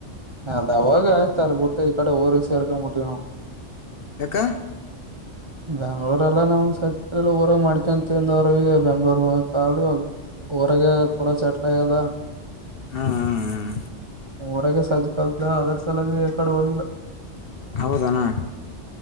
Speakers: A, on the right; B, on the left.
A: ಅದ ಅವಾಗ ಆಯ್ತಾರ ಬಿಟ್ಟೆ ಈ ಕಡೆ ಊರಿಸರ್ಕ ಮುಟ್ಟನ
B: ಎಕ್ಕ
A: ಬೆಮಯಾಂಗಳೂರ್ ಎಲ್ಲ ನಮ್ ಸಜಲ್ಲ ಊರಾಗ ಮಾಡ್ಕೊಂತಿಂದ ಅವ್ರ ಬೆಂಗ್ಳೂರ್ ಕಾಲಿಗಿ ಊರಾಗ ಪೂರ ಚಟ್ಲಗದ
B: ಹ್ಮ್ ಹ್ಮ್
A: ಊರಾಗ ಸಜ ದ ಅದರ್ಶಲ್ಲ ಎಕಡೆ ವೋಗಲ್ಲ
B: ಹೌದನಾ